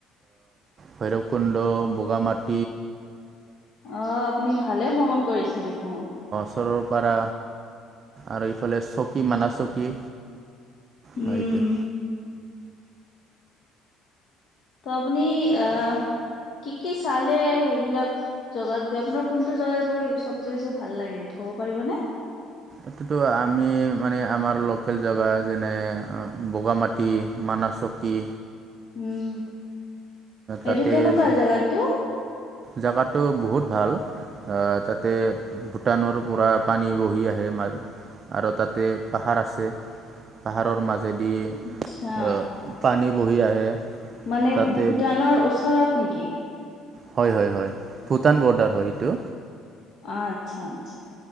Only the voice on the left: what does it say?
অ আপুনি ভালে ভ্ৰমণ কৰিছে দেখোন
উম
ত আপুনি আ কি কি চালে সেইবিলাক জেগাত গৈ আপোনাৰ কোনটো জেগাত গৈ চবচে বেছি ভাল লাগে ক'ব পাৰিবনে
উম,
এইটো কেনেকুৱা জেগাটো?
আচ্ছা
মানে,
ভূটানৰ ওচৰত নেকি?
অঁ, আচ্ছা আচ্ছা।